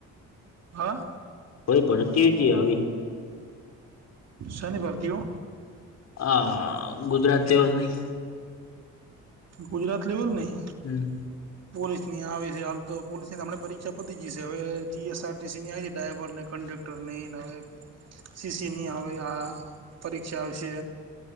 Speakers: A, on the right; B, on the left.
A: હા.
B: ભઈ પડતી હોતી આવી.
A: સાની ભરતીઓ.
B: હા ગુજરાતીઓ ની.
A: ગુજરાત લેવલ ની.
B: હમ.
A: પોલીસ ની આવી છે હાલ તો પોલીસ ની આપને પરીક્ષા પતી જઈશે હવે જીએસઆરટીસી ની આવી છે ડ્રાઈવર ને. કંડેક્ટર ની હવે સીસીઈ ની આવે આ. પરીક્ષા આવશે